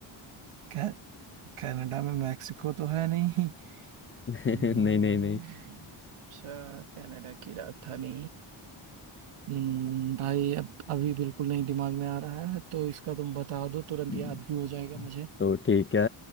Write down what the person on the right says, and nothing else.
रहा कनाडा में मैक्सिको तो है नहीं
हम्म,
अच्छा कनाडा की राजधानी हम्म, भाई अब अभी बिल्कुल नहीं दिमाग में आ रहा है तो इसका तुम बता दो तुरंत
याद भी हो जाएगा मुझे